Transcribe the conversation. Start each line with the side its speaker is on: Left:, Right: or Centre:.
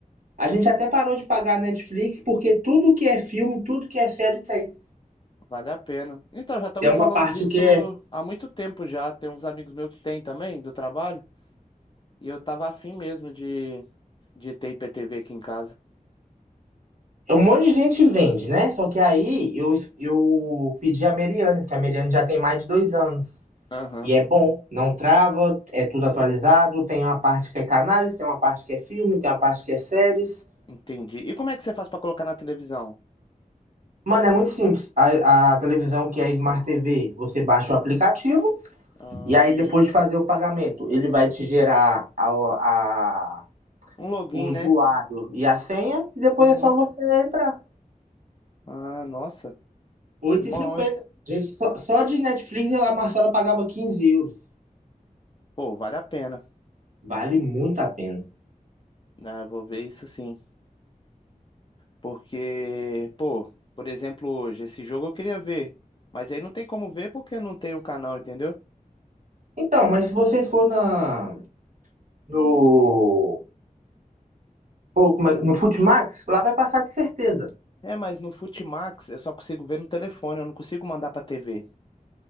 Right: a gente até parou de pagar Netflix, porque tudo que é filme, tudo que é série tem.
Left: Vale a pena. Então, já estão
Right: Tem
Left: me
Right: uma
Left: falando
Right: parte
Left: disso
Right: que é.
Left: há muito tempo já. Tem uns amigos meus que têm também, do trabalho. E eu tava afim mesmo de, de ter IPTV aqui em casa.
Right: é Um monte de gente vende, né? Só que aí eu, eu pedi a Meriane, porque a Meriane já tem mais de dois anos.
Left: Aham,
Right: E é bom, não trava, é tudo atualizado. Tem uma parte que é canais, tem uma parte que é filme, tem uma parte que é séries.
Left: entendi. E como é que você faz pra colocar na televisão?
Right: Mano, é muito simples. A, a televisão que é Smart TV, você baixa o aplicativo
Left: Ah,
Right: e aí depois de fazer o pagamento, ele vai te gerar a, a-
Left: um login,
Right: o usuário
Left: né?
Right: e a senha e depois
Left: Uhum.
Right: é só você entrar.
Left: Ah, nossa.
Right: oito
Left: Bom,
Right: e cinquenta
Left: hein?
Right: Gente, só, só de Netflix ela- a Marcela pagava 15 euros.
Left: Pô, vale a pena.
Right: Vale muito a pena.
Left: Ah, eu vou ver isso sim. Porque, pô, por exemplo, hoje, esse jogo eu queria ver. Mas aí não tem como ver porque não tem o canal, entendeu?
Right: Então, mas se você for na, no Pô, como é- no Futimax, lá vai passar de certeza.
Left: É, mas no Futimax eu só consigo ver no telefone, eu não consigo mandar pra TV.